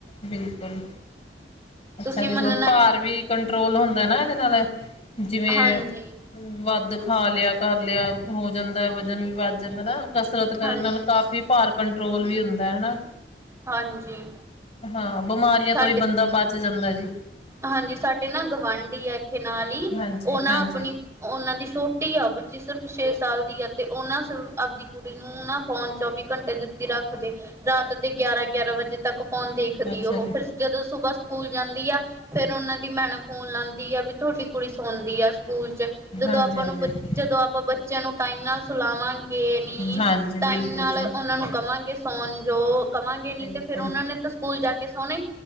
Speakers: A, on the left (about 35°); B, on the right (about 15°).
A: ਬਿਲਕੁਲ ਅੱਛਾ
B: ਤੁਸੀਂ
A: ਦੇਖਲ
B: ਮੰਨਣਾ
A: ਭਾਰ
B: ਨੀ
A: ਵੀ ਕੰਟਰੋਲ ਹੁੰਦਾ ਨਾ ਇਹਦੇ ਨਾਲ ਜਿਵੇਂ
B: ਹਾਂਜੀ
A: ਵੱਧ ਖਾ ਲਿਆ ਕਰ ਲਿਆ ਹੋ ਜਾਂਦਾ ਵਜ਼ਨ ਵੀ ਵੱਧ ਜਾਂਦਾ ਨਾ ਕਸਰਤ ਕਰਨ
B: ਹਾਂ
A: ਨਾਲ ਕਾਫ਼ੀ ਭਾਰ ਕੰਟਰੋਲ ਵੀ ਹੁੰਦਾ ਹੈਨਾ।
B: ਹਾਂਜੀ
A: ਹਾਂ ਬਿਮਾਰੀਆਂ
B: ਸਾਡੇ
A: ਤੋਂ ਹੀ ਬੰਦਾ ਬਚ ਜਾਂਦਾ ਜੀ।
B: ਹਾਂਜੀ ਸਾਡੇ ਨਾ ਗਵਾਂਢੀ ਹੈ ਇੱਥੇ ਨਾਲ ਹੀ
A: ਹਾਂਜੀ
B: ਉਹ ਨਾ
A: ਹਾਂਜੀ
B: ਆਪਣੀ ਉਹਨਾਂ ਦੀ ਛੋਟ ਟੀ ਆ ਬੱਚੀ ਸਿਰਫ ਛੇ ਸਾਲ ਦੀ ਆ ਤੇ ਉਹਨਾਂ ਆਪਦੀ ਕੁੜੀ ਨੂੰ ਫੋਨ ਚੌਵੀ ਘੰਟੇ ਦਿੱਤੀ ਰ ਰੱਖਦੇ ਰਾਤ ਦੇ ਗਿਆਰਾਂ- ਗਿਆਰਾਂ ਵਜੇ ਤੱਕ ਕੌਣ ਦੇਖਦੀ
A: ਅੱਛਾ
B: ਉਹ
A: ਜੀ
B: ਫਿਰ ਜਦੋਂ ਸੁਬਾਹ ਸਕੂਲ ਜਾਂਦੀ ਆ। ਫੇਰ ਉਹਨਾਂ ਦੀ ਮੈਣ ਫੋਨ ਲਾਉਂਦੀ ਆ ਵੀ ਤੁਹਾਡੀ ਕੁੜੀ ਸੌਣਦੀ ਆ। ਸਕੂਲ 'ਚ ਜਦੋਂ
A: ਹਾਂਜੀ
B: ਆਪਾਂ
A: ਹਾਂਜੀ
B: ਨੂੰ ਜਦੋਂ ਆਪਾਂ ਬੱਚਿਆਂ ਨੂੰ ਟਾਈਮ ਨਾਲ ਸੁਲਾਵਾਂ ਕਿ ਨਹੀਂ
A: ਹਾਂਜੀ
B: ਟਾਈਮ
A: ਬਿਲਕੁਲ
B: ਨਾਲ
A: ਜੀ
B: ਉਹਨਾਂ ਨੂੰ ਕਵਾਂਗੇ ਸੋਨ ਜੋ ਕਵਾਂਗੇ ਨ
A: ਬਿਲਕੁਲ
B: ਤੇ ਫਿਰ ਉਹਨਾ ਨੇ ਤਾਂ ਸਕੂਲ ਜਾ ਕੇ ਸੋਣਾ